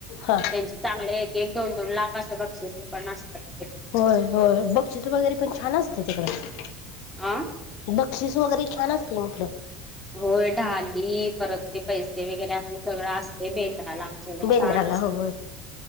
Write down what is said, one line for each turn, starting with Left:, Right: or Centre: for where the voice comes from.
Left: हा
Centre: त्यांचे चांगले एक दोन -दोन लाख असं बक्षीस पण असतात त्याचे.
Left: होय -होय बक्षस वैगैरे पण छान असते <inaudible> तिकडे
Centre: अ
Left: बक्षीस वगैरे छान असते म्हटल.
Centre: होय, ढाली परत ते पैसे वगैरे असं सगळं असते बेल ला आमच्या एवढे
Left: बेंद्राला
Centre: छान असते,
Left: होय